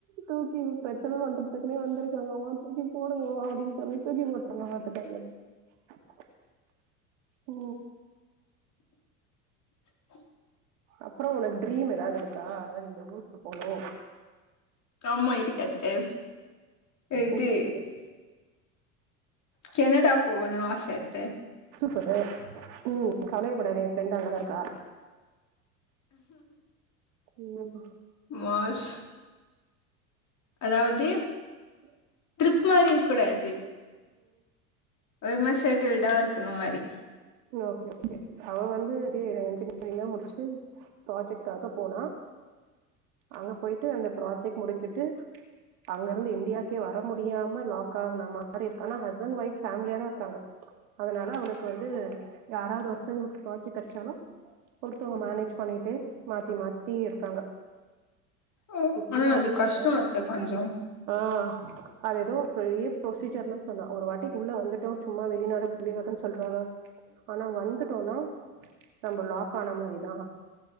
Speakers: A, on the right (about 65°); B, on the left (about 40°).
A: தூக்கி இப்ப பிரச்சன வந் சத்து சத்துனே வந்திருக்காங்கவோ தூக்கி போடுங்கோ அப்டின் சொல்லி தூக்கி போட்டாங்க <unintelligible> ஓ
B: <inaudible>
A: அப்றோ ஒனக்கு ட்ரீம் எதாது இருக்கா அதாவது இந்த ஊருக்கு போனு
B: ஆமா இருக்கு அத்த இது
A: இந்த ஊரு
B: கெனடா போகணுனு ஆச அத்த
A: ஃபரே உம் கவலையேப்படாத ஏ ஃப்ரெண்டு அங்கதா இருக்கா ம்
B: மாஷ் அதாவது
A: ம்
B: ட்ரிப் மாரி இருக்குடாது ஒரு மாரி செட்டில்டா இருக்குன மாரி
A: ஓகே ஓகே அவ வந்து தே இன்ஜினியரிங்லா முடிஸ்ட்டு ப்ராஜெக்காக போனா அங்க போயிட்டு அந்த ஃபிராஜெக்ட் முடிஞ்சுட்டு அங்கருந்து இன்டியாக்கே வர முடியாம லாக் ஆகுன மாரிருக் ஆனா ஹஸ்பண்ட் ஒஃய்ப் பேமிலியாதா இருக்காங்க அதனால அவளுக்கு வந்து யாராவது ஒருத்தவங்களுக்கு பிராஜெக்ட் கெடைச்சாலு ஒருத்தவங்க மேனேஜ் பண்ணிட்டே மாத்தி மாத்தி இருக்காங்க
B: ஓ
A: இப்ப
B: ஆனா
A: நா
B: அது
A: வந்துட்டே
B: கஷ்டோ அத்த கொஞ்சோ
A: ஆ அது ஏதோ பெரிய புரொசீஜர்னு சொன்னா ஒரு வாட்டிக்குள்ள வந்துட்டோ சும்மா வெளிநாடு வெளிநாடுன் சொல்றாங்க ஆனா வந்துட்டோனா நம்ம லாக்கான மாரிதா